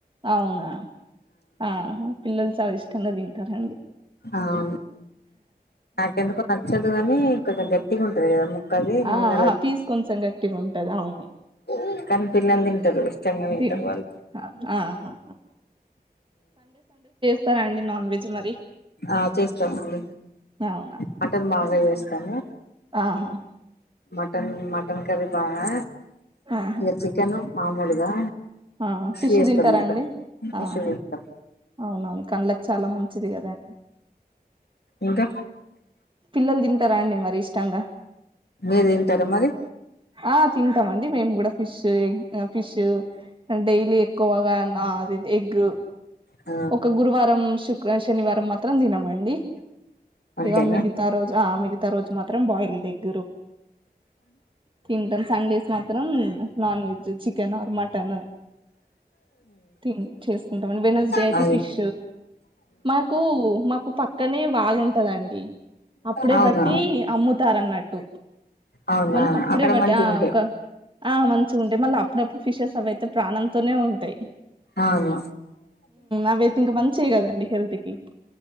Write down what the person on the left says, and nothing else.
అవును నాకు ఎందుకో నచ్చదు కా మే కొద్దిగా గట్టిగా ఉంటది కదా ఉక్కది నూనె
<unintelligible> కానీ పిల్లంది తింటారు ఇష్టంగా తింటారు
వాళ్ళు
ఆ చేస్తానండి
మటన్ బాగా చేస్త చేస్తాము
మటన్ మటన్ కర్రీ బాగా
ఇగ చికెన్ మామూలుగా
చేస్తాం
ఇంకా ఫిష్
చేస్తాం
ఇంకా
మీరు తింటారా మరి
ఆ
అంతేనా
మ్
అవునా
అవునా
అక్కడ
మంచిగుంటాయి
అవును